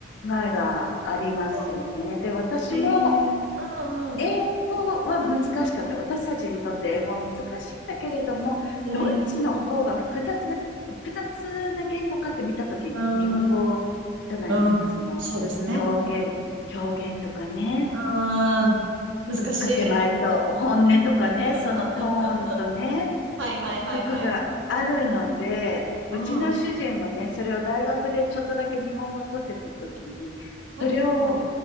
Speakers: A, on the right; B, on the left.
A: あ
B: えがありますよね。
A: あ、
B: で、私も、
A: ねえ。うんうん。
B: 英語は難しかった。私たちにとって英語は難しいんだけれども、
A: うん。
B: どっちの方が複雑な、複雑な言語かって見たとき、
A: うん。
B: 日本語じゃないですか。
A: うんうん。
B: その表現、
A: そうですね。
B: 表現とかね、
A: ああ、難しい。
B: 建前と本音とかね、そのトーンとね、
A: <laughs> はいはいはいはい。
B: とかがあるので、
A: うん。
B: うちの主人もね、
A: う
B: それを大学でちょっとだけ日本語を取ってたときに、それを
A: ん。